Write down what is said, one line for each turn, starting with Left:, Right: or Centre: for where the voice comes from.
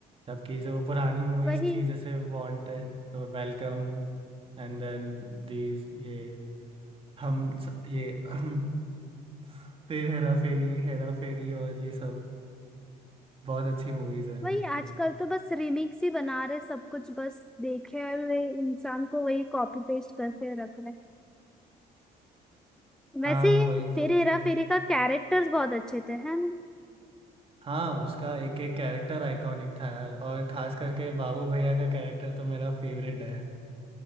Right: जबकि जो पुरानी मूवीज
Centre: वही
Right: थी जैसे Wanted Welcome and then these ये हम ये <clears throat> फिर हेरा फेरी हेरा फेरी और ये सब बहुत अच्छी मूवीज है
Centre: वही आजकल तो बस रिमिक्स ही बना रहे सब कुछ बस देखे हुए इंसान को वही कॉपी पेस्ट करके रख रहे वैसे
Right: हाँ
Centre: ही
Right: वही
Centre: फिर
Right: तो
Centre: हेरा फेरी का कैरेक्टर्स बहुत अच्छे थे है ना
Right: हाँ उसका एक एक कैरेक्टर आइकॉनिक था यार और खास करके बाबू भैया का कैरेक्टर तो मेरा फेवरेट है